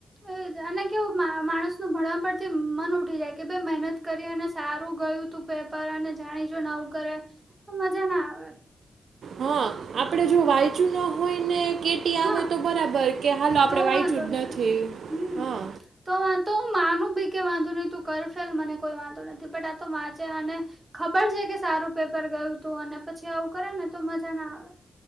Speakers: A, on the right; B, on the right.
A: એજ અને કેવું મા-માણસ નું ભણવા પરથી મન ઉઠી જાય કે ભાઈ મહેનત કરી અને સારું ગયું તું પેપર અને જાણીજો નેવું કરે તો મજા ના આવે.
B: હા આપડે જો વાંયચું ના હોય ને કે ટી
A: હા
B: આવે તો બરાબર કે હાલો આપડે
A: તો
B: વાંચ્યું
A: વાંધો
B: જ
A: નહી
B: નથી
A: હમ
B: હા.
A: તો આ તો માનું ભી કે વાંધો નહીં તું કર ફેલ મને કોઈ વાંધો નથી બટ આ તો વાચે અને ખબર છે કે સારું પેપર ગયું તું અને પછી આવું કરે ને તો મજા ના આવે.